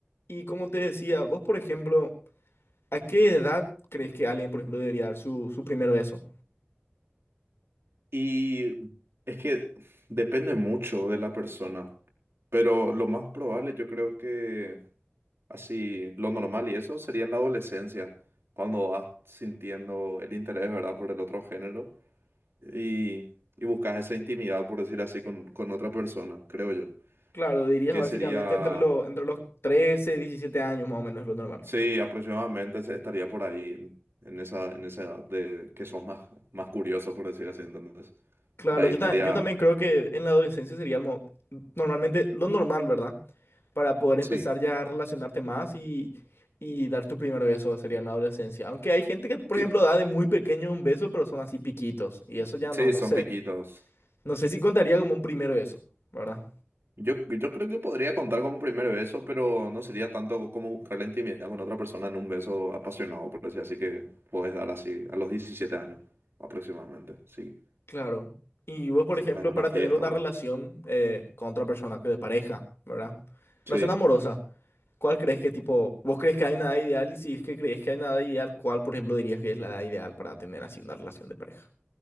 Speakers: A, on the left; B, on the right.
A: Y como te decía, vos, por ejemplo, ¿a qué edad crees que alguien, por ejemplo, debería dar su, su primer beso?
B: Y es que depende mucho de la persona, pero lo más probable yo creo que así, lo normal y eso sería en la adolescencia, cuando vas sintiendo el interés, ¿verdad?, por el otro género y, y buscas esa intimidad, por decir así, con, con otra persona, creo yo,
A: Claro, dirías
B: que
A: básicamente
B: sería,
A: entre, lo- entre los 13 17 años más o menos es lo normal.
B: sí, aproximadamente se- estaría por ahí, en, en esa, en esa edad de que sos más, más curioso, por decir así, entonces,
A: Claro,
B: ahí
A: yo,
B: estaría,
A: ta- yo también creo que en la adolescencia sería el mo- normalmente lo normal, ¿verdad? Para poder empezar
B: sí.
A: ya a relacionarte más y, y dar tu primer beso sería en la adolescencia. Aunque hay gente que, por
B: sí.
A: ejemplo, da de muy pequeño un beso, pero son así piquitos. Y eso ya
B: Sí,
A: no, no
B: son
A: sé.
B: piquitos.
A: No sé si contaría como un primer beso, ¿verdad?
B: Yo, yo creo que podría contar como primer beso, pero no sería tanto como buscar la intimidad con otra persona en un beso apasionado, por decir así que puedes dar así a los 17 años aproximadamente. Sí,
A: Claro. Y vos, por
B: si
A: ejemplo,
B: estás en una
A: para
B: fiesta
A: tener una
B: o algo.
A: relación eh, con otra persona, que de pareja, ¿verdad?
B: Sí.
A: Relación amorosa. ¿Cuál crees que tipo, vos crees que hay una edad ideal? Y si es que crees que hay una edad ideal, ¿cuál, por ejemplo, dirías que es la edad ideal para tener así una relación de pareja?